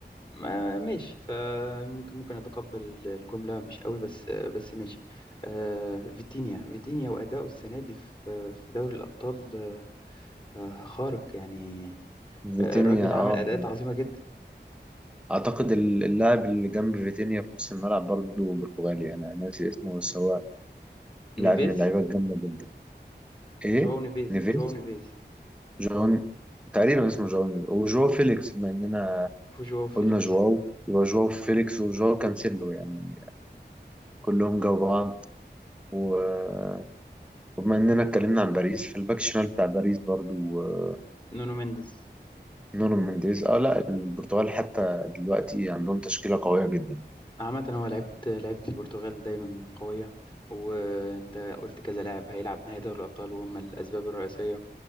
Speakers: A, on the left; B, in the centre.
A: ما ماشي فممكن ممكن اتقبل الجملة مش قوي بس آه، بس ماشي آه، فيتينيا فيتينيا وأداؤه السنة دي في في دوري الأبطال آه، خارق يعني
B: فيتينيا
A: آه، الراجل
B: اه
A: عمل أداءات عظيمة جدا
B: اعتقد ال- اللاعب اللي جنب فيتينيا في نص الملعب برضه برتغالي يعني انا ناسي اسمه بس هو
A: نيفيز
B: لاعب من اللعيبه الجامده جدا ايه
A: جواو نيفيز
B: نيفيز
A: جواو نيفيز
B: جون تقريبا اسمه جون نيفيز وجواو فيليكس بما اننا
A: وجواو فيليكس
B: قلنا جواو يبقى جواو فيليكس وجواو كانسيلو يعني كلهم جو بعض و- وبما اننا اتكلمنا عن باريس فالباك الشمال بتاع باريس برضو آه،
A: نونو مينديز
B: نونو مينديز اه لا البرتغال حتى دلوقتي عندهم تشكيله قويه جدا
A: عامة هو لعيبة لعيبة البرتغال دايما قوية وانت قلت كذا لاعب هيلعب نهائي دوري الأبطال وهم الأسباب الرئيسية